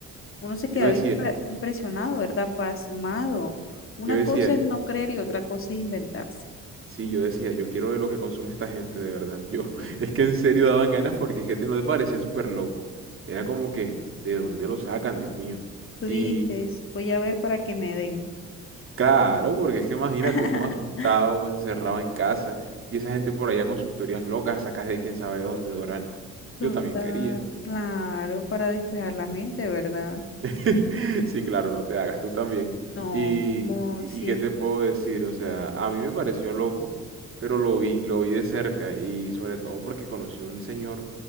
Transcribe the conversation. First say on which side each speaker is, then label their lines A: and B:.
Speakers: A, on the left; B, on the right.
A: uno se
B: Yo
A: quedaba
B: decía,
A: impre- impresionado, ¿verdad? Pasmado. Una
B: yo decía,
A: cosa es no creer y otra cosa es inventarse.
B: sí, yo decía, yo quiero ver lo que consume esta gente de verdad. Yo, <laughs>
A: <laughs>
B: es que en serio daban ganas porque es que te- no te parecía súper loco. Era como que, ¿de dónde lo sacan, Dios mío?
A: Tú
B: Y
A: dijiste, voy a ver para que me den.
B: Claro, porque es que imagínate,
A: <laughs>
B: uno asustado o encerrado en casa y esa gente por allá con sus teorías locas sacas de quién sabe dónde, Doranis.
A: Total,
B: Yo también quería.
A: claro, para despejar la mente, ¿verdad?
B: <laughs> Sí, claro, no te hagas, tú también.
A: No,
B: Y,
A: no,
B: y
A: sí,
B: qué te puedo decir, o sea, a mí me pareció loco, pero lo vi, lo vi de cerca y sobre todo porque conocí un señor